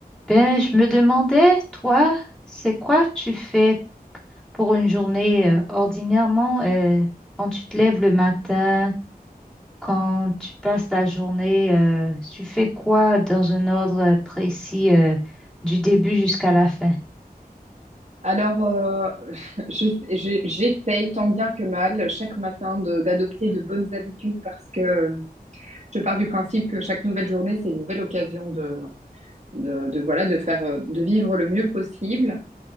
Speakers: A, in the centre; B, on the right.
A: Ben, je me demandais, toi, c'est quoi tu fais pour une journée euh, ordinairement euh, quand tu te lèves le matin, quand tu passes ta journée, euh, tu fais quoi dans un ordre euh, précis euh, du début jusqu'à la fin?
B: Alors, euh, <laughs> je, je- j'essaye tant bien que mal chaque matin de- d'adopter de bonnes habitudes parce que je pars du principe que chaque nouvelle journée, c'est une nouvelle occasion de, de, de, voilà, de faire, euh, de vivre le mieux possible.